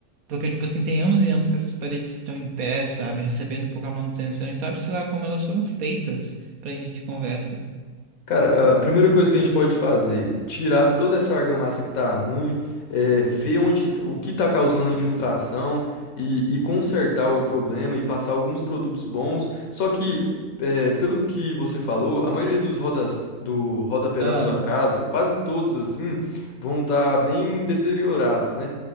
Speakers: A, on the right (about 75°); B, on the left (about 75°).
A: Porque, tipo assim, tem anos e anos que essas paredes estão em pé, sabe? Recebendo pouca manutenção e sabe-se lá como elas foram feitas para início de conversa.
B: Cara, a primeira coisa que a gente pode fazer, tirar toda essa argamassa que tá ruim, é, ver onde, t- o que tá causando a infiltração e, e consertar o problema e passar alguns produtos bons. Só que, é, pelo que você falou, a maioria dos rodas, do rodapé
A: Ah,
B: da sua casa, quase todos assim, vão estar bem deteriorados, né?